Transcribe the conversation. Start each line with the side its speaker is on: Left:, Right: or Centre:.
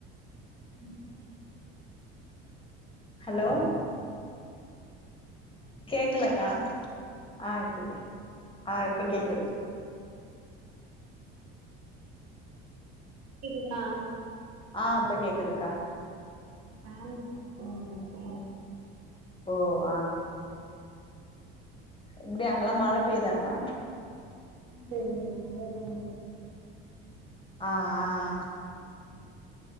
Right: நா சொன்னே
Left: ஹலோ கேக்கலக்கா ஆ இப்ப கேக் ஆ இப்ப கேக்குது
Right: கேக்குதுங்ளா
Left: ஆ இப்ப கேக்குதுக்கா
Right: வேலைக்கா போமுடியு போ
Left: ஓ ஆ ஆ எப்டி அங்கெல்லா மழை பெய்தாக்கா
Right: நீங்கள் எல்லாவே எல்லாமே
Left: ஆ ஆ ஆ